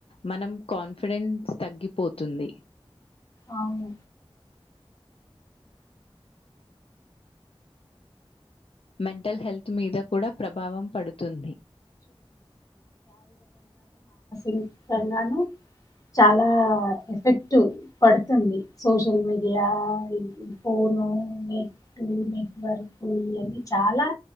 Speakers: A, on the left; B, on the left.
A: మనం కాన్ఫిడెన్స్ తగ్గిపోతుంది
B: అవును
A: మెంటల్ హెల్త్ మీద కూడా ప్రభావం పడుతుంది
B: ఇంతగాను చాలా ఎఫెక్ట్ పడుతుంది సోషల్ మీడియా ఫోన్ ఊ నెట్ నెట్వర్క్ ఇవన్నీ చాలా